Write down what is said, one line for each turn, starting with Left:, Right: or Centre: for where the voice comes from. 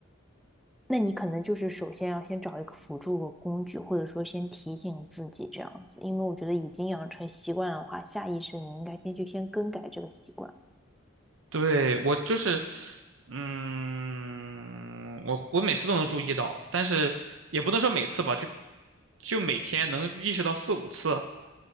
Centre: 那你可能就是首先要先找一个辅助的工具，或者说先提醒自己这样子，因为我觉得已经养成习惯的话，下意识你应该先去先更改这个习惯。
Right: 对，我就是，嗯，我我每次都能注意到，但是也不能说每次吧，就就每天能意识到四五次，